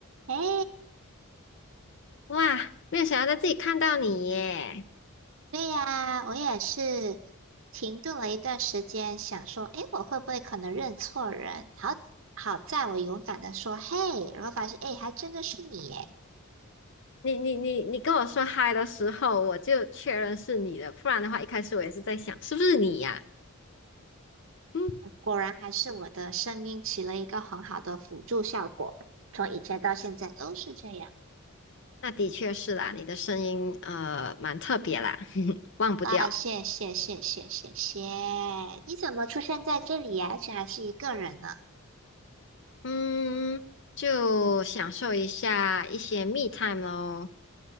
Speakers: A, on the right; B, on the left.
A: 哎，
B: 哇，没有想到在自己看到你耶！
A: 对呀，我也是停顿了一段时间，想说，哎，我会不会可能认错人？好，好在我勇敢的说，嘿，然后发现，哎，还真的是你耶！
B: 你你你你跟我说嗨的时候，我就确认是你的，不然的话，一开始我也是在想是不是你呀、嗯，
A: 果然还是我的声音起了一个很好的辅助效果，从以前到现在都是这样
B: 那的确是啦，你的声音呃蛮特别啦，<laughs> 忘不掉。
A: 啊！谢谢，谢谢，谢谢！你怎么出现在这里呀？而且还是一个人呢？
B: 嗯，就享受一下一些密 e time 咯，